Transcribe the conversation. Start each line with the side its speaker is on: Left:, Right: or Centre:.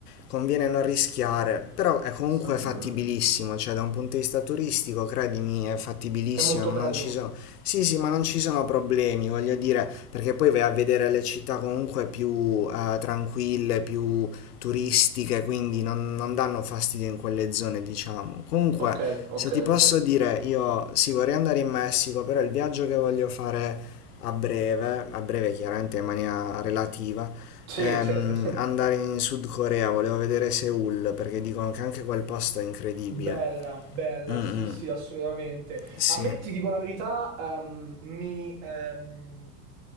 Left: conviene non rischiare, però è comunque
Right: Mm,
Left: fattibilissimo,
Right: mm.
Left: cioè da un punto di vista turistico, credimi, è fattibilissimo,
Right: È molto
Left: non
Right: bello.
Left: ci sono... Sì, sì, ma non ci sono problemi, voglio dire, perché poi vai a vedere le città comunque più eh, tranquille, più turistiche, quindi non, non danno fastidio in quelle zone, diciamo. Comunque,
Right: Ok, ok,
Left: se ti
Right: ok.
Left: posso dire, io sì, vorrei andare in Messico, però il viaggio che voglio fare a breve, a breve chiaramente in maniera relativa,
Right: Sì,
Left: ehm,
Right: certo. <laughs>
Left: andare in Sud Corea, volevo vedere Seoul perché dicono che anche quel posto è incredibile.
Right: Bella, bella,
Left: Mm,
Right: sì,
Left: mm,
Right: sì, assolutamente.
Left: sì,
Right: A me, ti dico la verità, ehm, mi, ehm,